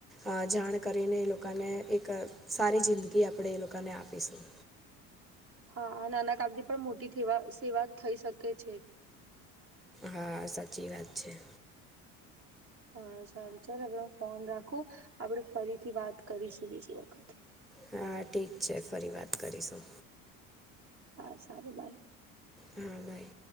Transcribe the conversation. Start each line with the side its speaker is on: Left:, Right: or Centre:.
Centre: અ જાણ કરીને એ લોકાને એક સારી જિંદગી આપણે એ લોકાને આપીસુ.
Right: હ નાના કામથી પણ મોટી થેવા સેવા થઈ શકે છે.
Centre: હા, સાચી વાત છે.
Right: હા સારું ચાલ હવે હું ફોન રાખું, આપડે ફરીથી વાત કરીશું બીજી વખત.
Centre: હા ઠીક છે, ફરી વાત કરીશું.
Right: હા સારું. બાઈ.
Centre: હા, બાય.